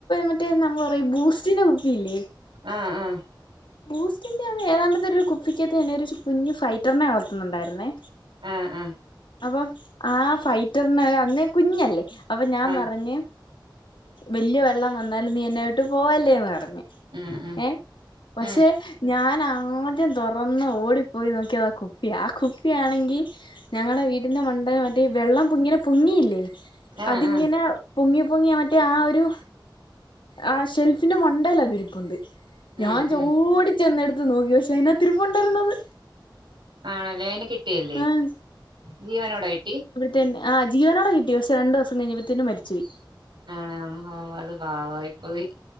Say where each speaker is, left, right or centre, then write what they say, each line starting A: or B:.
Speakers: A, on the left (about 75°); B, on the right (about 70°).
A: മറ്റേ നമ്മ പറയും ബൂസ്റ്റിന്റെ കുപ്പിയില്ലേ
B: ആഹ് ആഹ്
A: ബൂസ്റ്റിന്റെ ആണ് ഏതാണ്ടത്തെ ഒരു കുപ്പിക്കത്ത്ന്നെ കുഞ്ഞു ഫൈറ്ററിനെ വളർത്തുന്നുണ്ടായിരുന്നേ
B: ആഹ് ആഹ്
A: അപ്പൊ ആ ഫൈറ്ററിന് അന്ന് കുഞ്ഞല്ലേ അപ്പൊ ഞാൻ
B: ആഹ്
A: പറഞ്ഞ് വലിയ വെള്ളം വന്നാലും നീ എന്നെവിട്ട് പോവല്ലേന്ന് പറഞ്
B: ഉം ഉം
A: ഏഹ് പക്ഷെ
B: ഉം
A: ഞാൻ ആദ്യം ആദ്യം തുറന്ന് ഓടിപ്പോയി നോക്കിയത് ആ കുപ്പിയാ ആ കുപ്പിയാണെങ്കിൽ ഞങ്ങളുടെ വീടിന്റെ മണ്ണ്ടലം മറ്റേഈ വെള്ളംങ്ങനെ പൊ ങ്ങിയില്ലേ
B: ആഹ്
A: അതിങ്ങനെ
B: ആഹ്
A: പൊങ്ങി പൊങ്ങിമറ്റേ ആ ഒരു ആ ഷെൽഫിന്റെ മണ്ടേല് അതിരിപ്പുണ്ട്
B: ഉം
A: ഞാൻ
B: ഉം
A: ഓടി ചെന്നെടുത്ത് നോക്കി പക്ഷെ അതിനകത്തിരിപ്പുണ്ടായിരുന്നത്
B: ആണല്ലേ അതിനെ കിട്ടിയല്ലേ
A: ആഹ്
B: ജീവനോടെ കിട്ടി
A: തന്നെ ആ ജീവനോടെ കിട്ടി പക്ഷെ രണ്ട് ദിവസം കഴിഞ്ഞ്പഴത്തേന്ന് മരിച്ചുപോയി
B: ആണോ ഓ അത് പാവായി പോയി